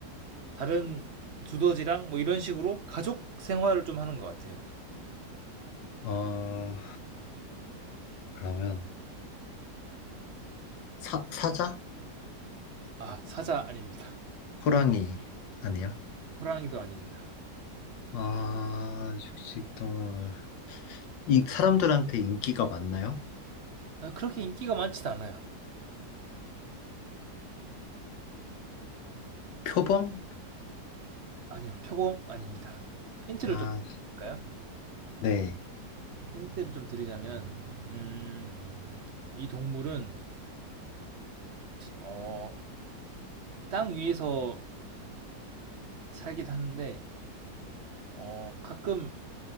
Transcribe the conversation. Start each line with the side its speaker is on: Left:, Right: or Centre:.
Right: 다른 두더지랑 뭐 이런 식으로 가족 생활을 좀 하는 것 같아요.
Left: 어, 그러면 사, 사자?
Right: 아 사자 아닙니다.
Left: 호랑이 아니야?
Right: 호랑이도 아닙니다.
Left: 아, 육식동물. 이 사람들한테 인기가 많나요?
Right: 아, 그렇게 인기가 많진 않아요.
Left: 표범?
Right: 아니요, 표범 아닙니다. 힌트를
Left: 아,
Right: 좀 드릴까요?
Left: 네.
Right: 힌트를 좀 드리자면, 음, 이 동물은 어, 땅 위에서 살기도 하는데 어, 가끔